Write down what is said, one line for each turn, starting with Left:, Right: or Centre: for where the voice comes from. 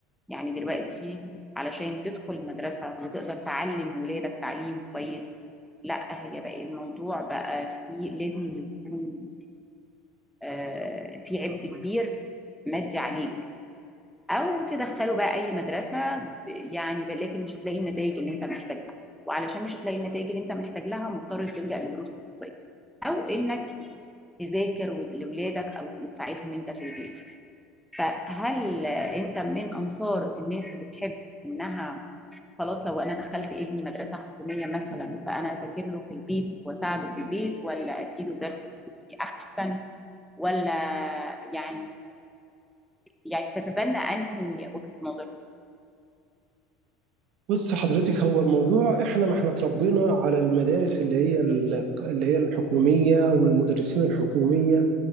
Centre: يعني دلوقتي علشان تدخل مدرسة وتقدر تعلم ولادك تعليم كويس لا هي بقى الموضوع بقى فيه لازم يكون آه، في عبء كبير مادي عليك او تدخله بقى اي مدرسه ب- يعني ب- لكن مش هتلاقي النتائج اللي انت محتاج لها وعلشان مش هتلاقي النتائج اللي انت محتاج لها مضطر تلجأ لدروس خصوصيه او انك تذاكر ول- لاولادك او تساعدهم انت في البيت فهل انت من انصار الناس اللي تحب انها خلاص لو انا دخلت ابني مدرسه حكوميه مثلا فانا اذاكر له في البيت واساعده في البيت ولا اديله درس خصوصي احسن ولا يعني يعني تتبنى انهي وجهه نظر
Right: بص حضرتك هو الموضوع احنا ما احنا اتربينا على المدارس اللي هي ال- اللي هي الحكوميه والمدرسين الحكوميه